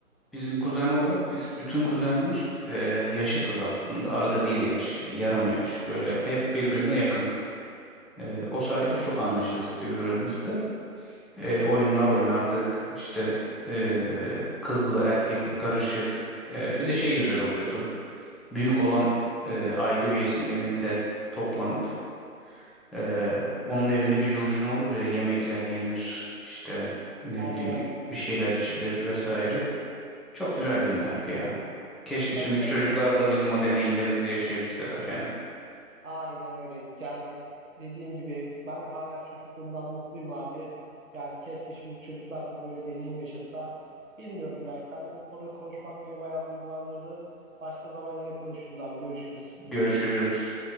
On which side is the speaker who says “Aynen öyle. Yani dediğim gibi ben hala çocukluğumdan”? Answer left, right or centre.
Right